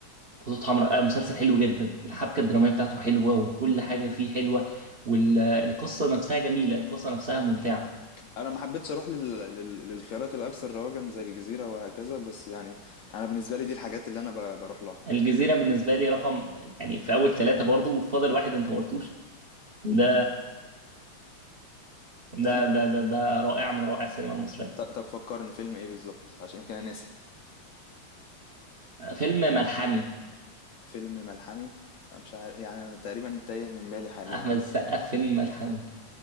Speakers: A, on the right; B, on the left.
A: خطوط حمراء آه مسلسل حلو جدا الحبكه الدراميه بتاعته حلوه وكل حاجه فيه حلوه والقصه نفسها جميله القصه نفسها ممتعه
B: انا ما حبيتش اروح لل... لل... للخيارات الاكثر رواجا زي الجزيره وهكذا بس يعني انا بالنسبه لي دي الحاجات اللي انا ب... بروح لها
A: الجزيره بالنسبه لي رقم يعني في اول ثلاثه برضه وفاضل واحد انت ما قلتوش ده ده
B: أنا...
A: ده ده, ده رائع من روائع السينما المصريه
B: ط- طب فكرني فيلم ايه بالظبط عشان يمكن انا ناسي
A: آه، فيلم ملحمي
B: فيلم ملحمي أنا مش عارف يعني انا تقريبا تايه من بالي حاليا
A: احمد
B: يعني
A: السقا فيلم ملحمي